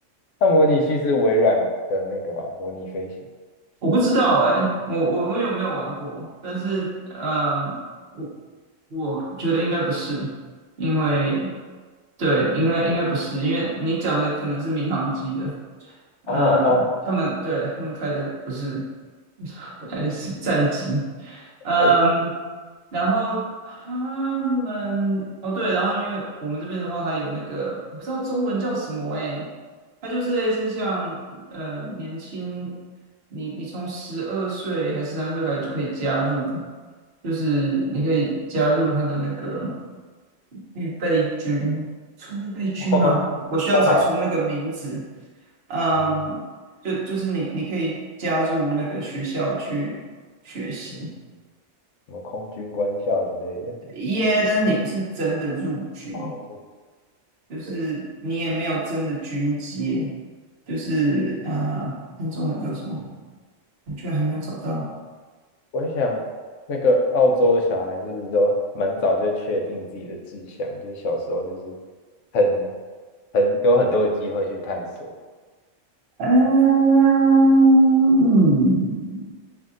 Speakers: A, on the left; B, on the right.
A: 它模拟器是微软的那个嘛，模拟飞行。
B: 我不知道哎、我我我有没有玩过？但是呃，我我觉得应该不是，因为对，应该应该不是，因为你讲的可能是民航机的，呃，
A: 哦哦
B: 他们对他们开的不是，<laughs> 开的是战机，嗯，
A: 哎、
B: 然后他们哦对，然后因为我们这边的话，它有那个我不知道中文叫什么诶，它就是类似像呃年轻，你你从十二岁还是三岁开始就可以加入，就是你可以加入他的那个预备军，算预备军吗？
A: <laughs> 哦，
B: 我需要找出那个名字。
A: 都还好。
B: 嗯，
A: 你们
B: 就就是你你可以加入那个学校去学习。
A: 嗯什么空军官校之类的。
B: 耶，但是你不是真的入军，
A: 哦，对
B: 就是你也没有真的军阶，就是呃，看中文叫什么？我居然还没有找到。
A: 我想，那个澳洲小孩是不是都蛮早就确定自己的志向？就是小时候就是很很有很多的机会去探索。
B: 嗯嗯，